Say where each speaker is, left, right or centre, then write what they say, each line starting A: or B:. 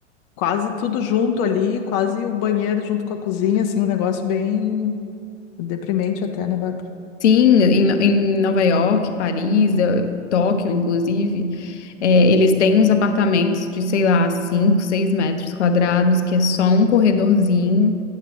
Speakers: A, on the left; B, on the left.
A: quase tudo junto ali, quase o banheiro junto com a cozinha, assim, um negócio bem deprimente até, né, Bárbara?
B: Sim, em, em Nova York, Paris, eh, Tóquio, inclusive. É, eles têm uns apartamentos de, sei lá, 5, 6 metros quadrados, que é só um corredorzinho,